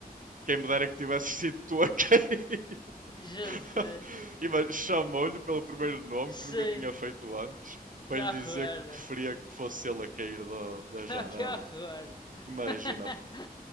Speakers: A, on the right; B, on the left.
A: quem me dera que tivesse sido tu a cair.
B: Jesus.
A: <laughs> E mas chamou-lhe pelo primeiro nome
B: Sim.
A: que nunca tinha feito antes,
B: E
A: para lhe dizer
B: horror.
A: que preferia que fosse ele a cair da, da
B: <laughs>
A: janela.
B: que horror! <laughs>
A: Imagina,